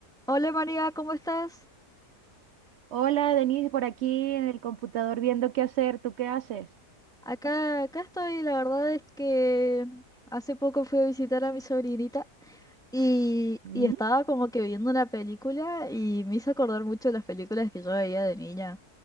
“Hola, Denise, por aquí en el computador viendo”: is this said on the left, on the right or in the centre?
Right